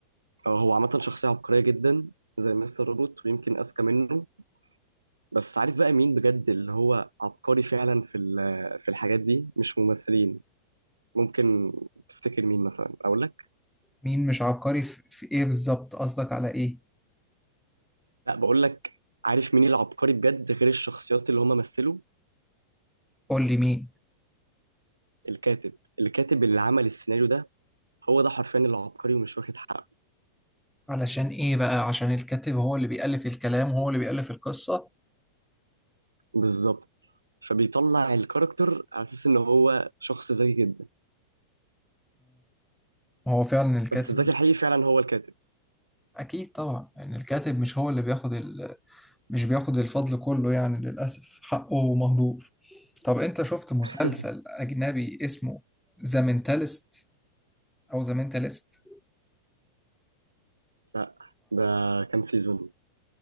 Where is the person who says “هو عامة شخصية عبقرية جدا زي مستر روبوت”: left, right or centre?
Right